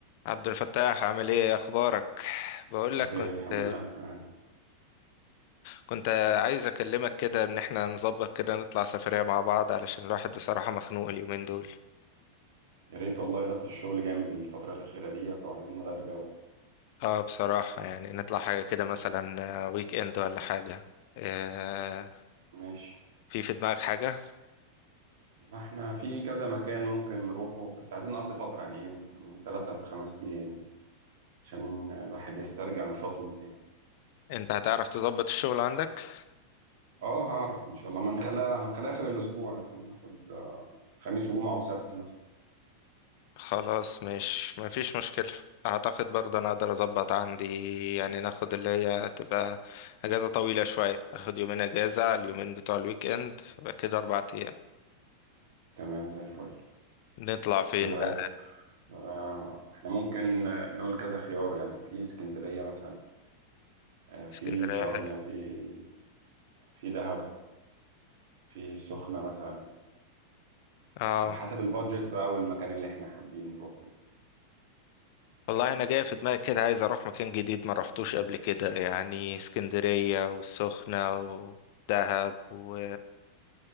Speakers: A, on the left; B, on the right.
A: عبد الفتاح عامل ايه إيه اخبارك بقول
B: بخير
A: لك كنت
B: الحمد لله تمام
A: كنت عايز اكلمك كده ان احنا نظبط كده نطلع سفرية مع بعض علشان الواحد بصراحة مخنوق اليومين دول
B: يا ريت والله ضغط الشغل جامد الفترة الأخيرة ديت وعايزين نغير جو
A: اه بصراحة يعني نطلع حاجة كده مثلا ويك اند ولا حاجة آه،
B: ماشي
A: في في دماغك حاجة
B: ما احنا في كذا مكان ممكن نروحه بس عايزين نقضي فترة يعني ايه من ثلاثة لخمس أيام يعني، عشان الواحد يسترجع نشاطه من تاني
A: انت هتعرف تظبط الشغل عندك
B: اه هعرف إن شاء الله ما هنخليها هنخليها آخر الأسبوع عشان ناخد آه، خميس وجمعة وسبت مثلا
A: خلاص مش ما فيش مشكلة اعتقد برضه انا اقدر اظبط
B: آه،
A: عندي يعني ناخد اللي هي تبقى اجازة طويلة شوية اخد يومين اجازة على اليومين بتوع الويك اند يبقى كده اربع ايام
B: تمام زي الفل
A: نطلع فين
B: ايه رأيك
A: بقى
B: آه، احنا ممكن آه، نقول كذا خيار يعني في اسكندرية مثلا آه، في
A: اسكندرية
B: شرم
A: حلو
B: في في دهب في السخنة مثلا
A: اه
B: على حسب البادجت بقى والمكان اللي احنا حابين نروحه يعني.
A: والله انا جاي في دماغي كده عايز اروح مكان جديد ما رحتوش قبل كده يعني اسكندرية والسخنة ودهب و...